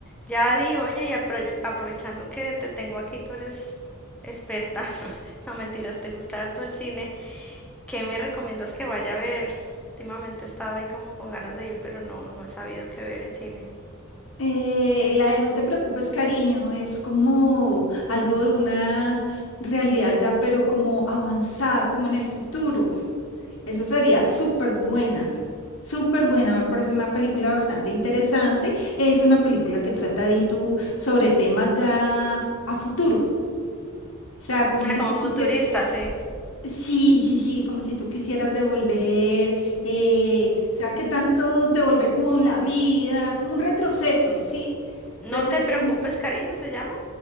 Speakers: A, in the centre; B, on the left.
A: Yadi, oye, y apro- aprovechando que te tengo aquí, tú eres experta, <laughs> no mentiras, te gusta harto el cine, ¿qué me recomiendas que vaya a ver? Últimamente estaba ahí como con ganas de ir, pero no, no he sabido qué ver en cine.
B: Eh, la de no te preocupes, cariño, es como algo de una realidad ya, pero como avanzada, como en el futuro. Esa sería súper buena, súper buena. Me parece una película bastante interesante. Es una película que trata de tú sobre temas ya a futuro. O sea, como
A: Ah,
B: si
A: como
B: tú
A: futurista,
B: quisieras,
A: sí.
B: sí, sí, sí, como si tú quisieras devolver, eh, o sea, que tanto devolver como la vida, como un retroceso, ¿sí?
A: No
B: Entonces
A: te preocupes,
B: es un,
A: cariño, se llama.